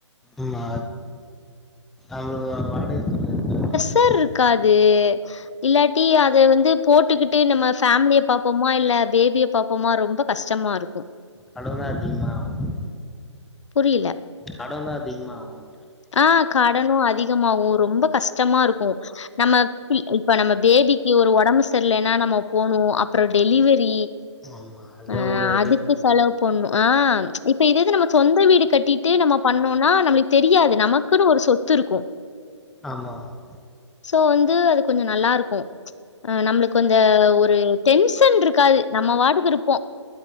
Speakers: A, in the centre; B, on the left.
A: ஆமா அது வேற
B: ஷர்
A: <inaudible>
B: இருக்காது இல்லாட்டி அத வந்து போட்டுக்கிட்டு நம்ம ஃபேம்லிய பாப்போமா இல்ல பேபிய பாப்போமா ரொம்ப கஷ்டமா இருக்கு
A: கடன்தா அதிகமா ஆகு
B: புரியல
A: கடன்தா அதிகமா ஆகுன்றே
B: ஆஹ் கடனு அதிகமாகு ரொம்ப கஷ்டமா மா இருக்கு நம்ம சி இப்ப நம்ம பேபிக்கு ஒரு ஒடம்பு செர்லனா நம்ம போணு அப்ற டெலிவரி
A: ஆமா அதுல
B: அஹ்
A: அவ்ளோ
B: அதுக்கு செலவு பண்ணு ஆஹ் இப்ப இதேது நம்ம சொந்த வீடு கட்டிட்டு நம்ம பண்ணோனா நம்மளுக்கு தெரியாது நமக் க்குன்னு ஒரு சொத்து இருக்கு
A: ஆமா இருக்கும்.
B: சோ வந்து அது கொஞ்சோ நல்லா இருக்கு அஹ் நம்மளுக்கு அந்த ஒரு டென்ஷன் இருக்காது நம்ம வாட்டுக்கு இருப்போ